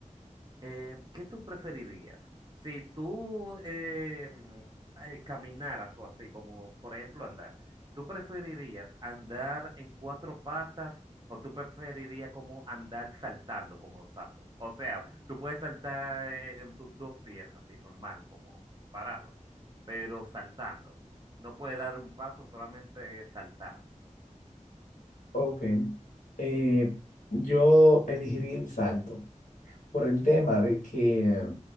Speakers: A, on the right; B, on the left.
A: eh, ¿qué tú preferirías? Si tú eh, mm, eh, caminaras o así, como por ejemplo andar, ¿tú preferirías andar en cuatro patas o tú preferirías como andar saltando como los sapos? O sea, tú puedes saltar eh, en tus dos pies así, normal, como parado, pero saltando. No puedes dar un paso, solamente saltar.
B: Ok. Eh, yo elegiría el salto por el tema de que